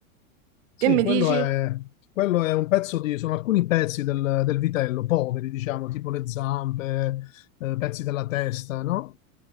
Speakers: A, on the right (about 50°); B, on the left (about 60°).
A: Che
B: Sì,
A: mi
B: quello
A: dici?
B: è, quello è un pezzo di, sono alcuni pezzi del, del vitello, poveri, diciamo, tipo le zampe, eh, pezzi della testa, no?